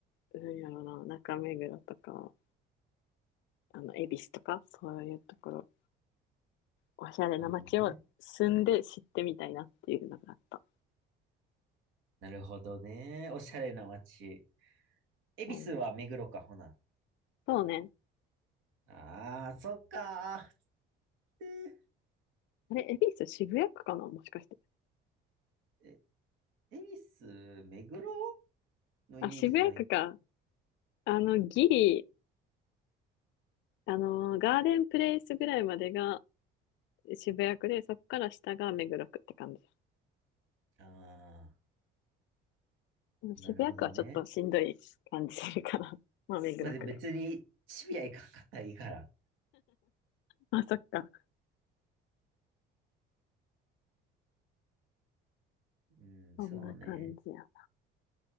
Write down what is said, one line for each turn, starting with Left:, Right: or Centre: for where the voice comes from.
Left: なんやろうな、中目黒とか、あの、恵比寿とか、そういうところおしゃれな街を住んで知ってみたいなっていうのがあった。
Right: あのね。なるほどね。おしゃれな街。恵比寿は目黒か、
Left: うん、
Right: ほな。
Left: そうね。
Right: ああ、そっかー。で、
Left: あれ、恵比寿渋谷区かなもしかして。
Right: え、恵比寿、目黒のイメージない。
Left: あ、渋谷区か。あの、ギリ、あのー、ガーデンプレイスぐらいまでが渋谷区で、そこから下が目黒区って感じ。
Right: ああ。
Left: でも渋谷区はちょっとしんどい感じするから。
Right: なるほどね。
Left: <laughs> まあ、目黒区で。
Right: まあ、で、はい。別に、シビア行かんかったらいいから。
Left: あ、そっか。
Right: うん、
Left: そんな感じや。
Right: そうね。